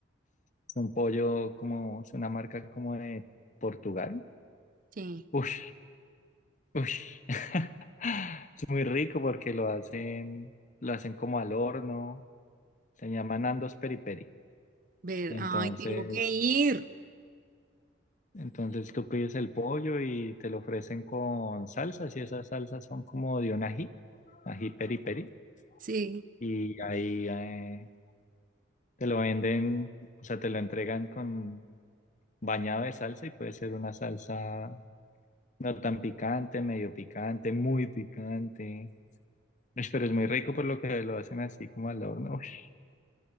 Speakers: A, on the left (about 40°); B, on the right (about 45°).
A: es un pollo como, es una marca como de Portugal.
B: Sí.
A: Uf, uf. <laughs> Es muy rico porque lo hacen, lo hacen como al horno. Se llama Nandos Peri Peri.
B: Ver,
A: Entonces,
B: ay, tengo que ir.
A: Entonces tú pides el pollo y te lo ofrecen con salsas y esas salsas son como de un ají, ají peri peri.
B: Sí,
A: Y ahí eh, te lo venden, o sea, te lo entregan con bañado de salsa y puede ser una salsa no tan picante, medio picante, muy picante. Ush, pero es muy rico por lo que lo hacen así como al horno. Ush.